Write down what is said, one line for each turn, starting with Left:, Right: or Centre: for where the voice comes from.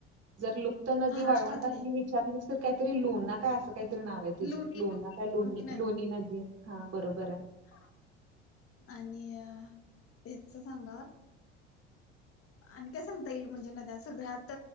Right: जर लुप्त नदी
Left: महाराष्ट्रातले
Right: वाळवंटातली वि चारलीस तर कायतरी लोणा काय असं काहीतरी नाव हाय तिजं
Left: लुणी
Right: लोणा
Left: लुणी
Right: काय लोणी
Left: लुणी
Right: लोणी नदी हा बरोबराय
Left: हा आणि अ हेचं सांगा आणि काय सांगता येईल म्हणजे नद्या सगळ्यात